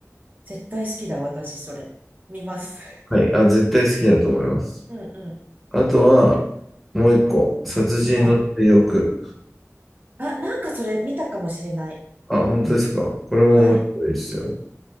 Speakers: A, on the right; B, in the centre.
A: 絶対好きだ、私、それ。見ます。
B: はい、あ、絶対好きだと思います。
A: <laughs> うんうん。
B: あとは、もう一個、殺人の追憶。
A: はい。あ、なんかそれ見たかもしれない。
B: あ、本当ですか。これも面白いですよ。
A: はい。